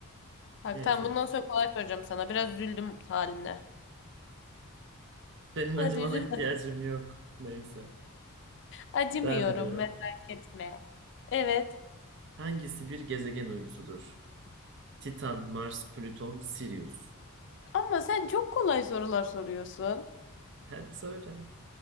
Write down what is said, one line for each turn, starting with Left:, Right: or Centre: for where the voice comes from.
Left: Bak
Right: Neyse.
Left: tamam bundan sonra kolay soracağım sana. Biraz üzüldüm haline.
Right: Senin acımana
Left: Hadi üzülme.
Right: ihtiyacım yok. Neyse.
Left: Acımıyorum
Right: Devam ediyorum.
Left: merak etme. Evet.
Right: Hangisi bir gezegen uydusudur? Titan, Mars, Plüton, Sirius.
Left: Ama sen çok kolay sorular soruyorsun.
Right: Hadi söyle.